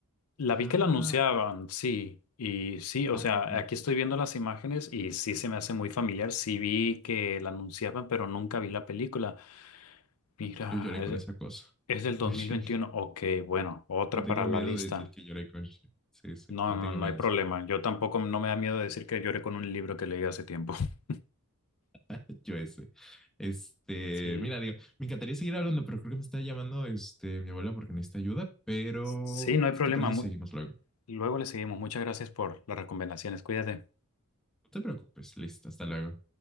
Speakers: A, on the left; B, in the centre.
A: La
B: Ah,
A: vi que la anunciaban, sí. Y sí, o
B: ah,
A: sea,
B: no.
A: aquí estoy viendo las imágenes y sí se me hace muy familiar. Sí vi que la anunciaban, pero nunca vi la película. Mira,
B: Yo lloré con esa cosa.
A: Es
B: <laughs>
A: del
B: Yo
A: dos
B: lloré.
A: mil veintiuno. Ok, bueno, otra
B: No tengo
A: para la
B: miedo
A: lista.
B: de decir que lloré con. Sí, sí,
A: No,
B: no
A: no,
B: tengo
A: no
B: miedo
A: hay problema.
B: de decir.
A: Yo tampoco no me da miedo decir que lloré con un libro que leí hace tiempo. <laughs>
B: que <laughs> Yo ese. Este,
A: Sí,
B: mira, digo, me encantaría seguir hablando, pero creo que me está llamando este, mi abuela porque necesita ayuda, pero
A: sí, no hay
B: ¿qué
A: problema.
B: te parece
A: Mu-
B: si seguimos luego? No
A: Luego le seguimos. Muchas gracias por las recomendaciones. Cuídate.
B: te preocupes, listo, hasta luego.